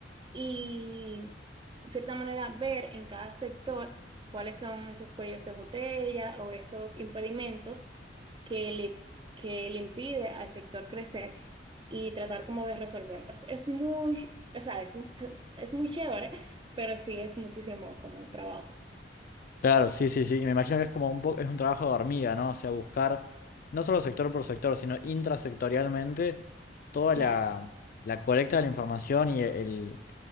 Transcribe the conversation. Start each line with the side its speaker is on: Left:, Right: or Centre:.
Right: y, de cierta manera, ver en cada sector cuáles son esos cuellos de botella o esos impedimentos que le, que le impide al sector crecer y tratar como de resolverlos. Es muy, o sea, es, es muy chévere, pero sí es muchísimo como trabajo.
Left: Claro, sí, sí, sí. Y Me imagino que es como un poco, es un trabajo de hormiga, ¿no? O sea, buscar no solo sector por sector, sino intrasectorialmente toda
Right: Claro.
Left: la, la colecta de la información y el,